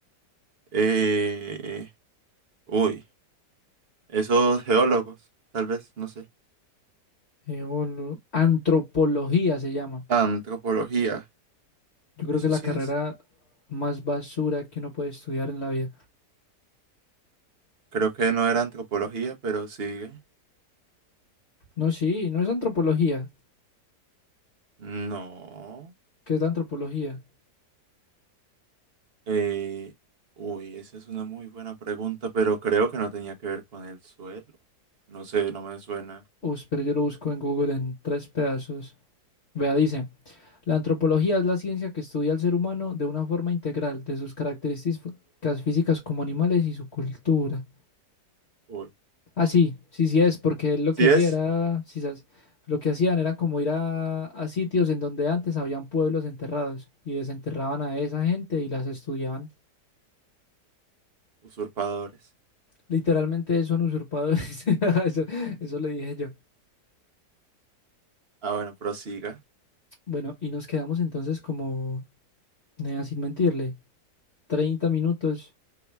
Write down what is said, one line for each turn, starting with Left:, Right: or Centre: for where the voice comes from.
Right: Eh, uy, esos geólogos, tal vez, no sé.
Left: Geolo- Antropología se llama.
Right: Antropología.
Left: Yo creo
Right: Eso
Left: que es la
Right: sí
Left: carrera
Right: es.
Left: más basura que uno puede estudiar en la vida.
Right: Creo que no era antropología, pero sigue.
Left: No, sí, no es antropología.
Right: No.
Left: ¿Qué es la antropología?
Right: Eh, uy, esa es una muy buena pregunta, pero creo que no tenía que ver con el suelo. No sé, no me suena.
Left: Uy, pero yo lo busco en Google en tres pedazos. Vea, dice, la antropología es la ciencia que estudia al ser humano de una forma integral, de sus características físicas como animales y su cultura.
Right: Uy.
Left: Ah, sí, sí, sí es, porque él lo
Right: ¿Sí
Left: que hacía
Right: es?
Left: era, sí, sabes, lo que hacían era como ir a, a sitios en donde antes habían pueblos enterrados y desenterraban a esa gente y las estudiaban.
Right: Usurpadores.
Left: Literalmente son usurpadores. <laughs> Eso, eso le dije yo.
Right: Ah, bueno, prosiga.
Left: Bueno, y nos quedamos entonces como, nea, sin mentirle, 30 minutos